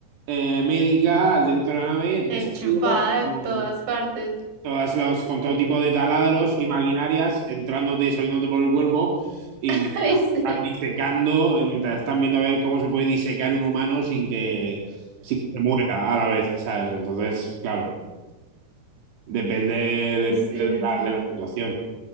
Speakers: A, on the right (about 75°); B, on the right (about 50°).
A: eh, médica dentro de la nave, desnudo,
B: Enchufada
A: con
B: de todas partes.
A: todas los, con todo tipo de taladros y maquinarias entrándote y saliéndote por el cuerpo y
B: <laughs>
A: mientras
B: Ay, sí.
A: están disecando, eh, mientras están viendo a ver cómo se puede disecar un humano sin que, sin que se muera a la vez, ¿sabes? Entonces, claro, depende, depende
B: Sí,
A: de la,
B: sí.
A: de la situación.